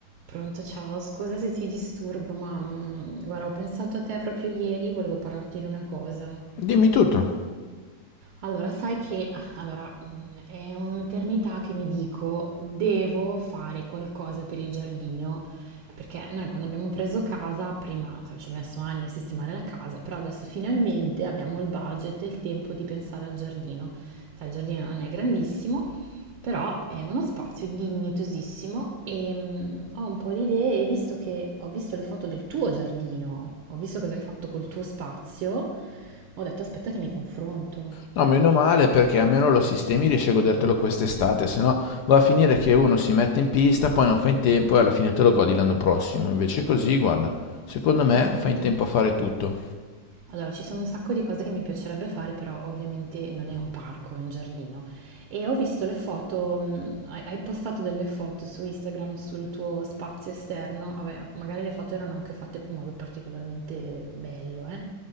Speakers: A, on the right; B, on the left.
A: Pronto, ciao, scusa se ti disturbo, ma mm, guarda, ho pensato a te proprio ieri, volevo parlarti di una cosa.
B: Dimmi tutto.
A: Allora, sai che allora, mhmm, è un'eternità che mi dico: "Devo fare qualcosa per il giardino", perché noi quando abbiamo preso casa prima, sai, ci ho messo anni a sistemare la casa, però adesso finalmente abbiamo il budget e il tempo di pensare al giardino. Sai, il giardino non è grandissimo, però è uno spazio dignitosissimo, ehm, ho un po' di idee e visto che ho visto le foto del tuo giardino, ho visto cosa hai fatto col tuo spazio, ho detto: "Aspetta che mi confronto".
B: No, meno male perché almeno lo sistemi riesci a godertelo quest'estate, se no va a finire che uno si mette in pista, poi non fa in tempo e alla fine te lo godi l'anno prossimo. Invece così, guarda, secondo me
A: Esatto.
B: fa in tempo a fare tutto.
A: Allora, ci sono un sacco di cose che mi piacerebbe fare, però ovviamente non è un parco, è un giardino. E ho visto le foto, mh, hai, hai postato delle foto su Instagram sul tuo spazio esterno, vabbè, magari le foto erano anche fatte in modo particolarmente bello, eh.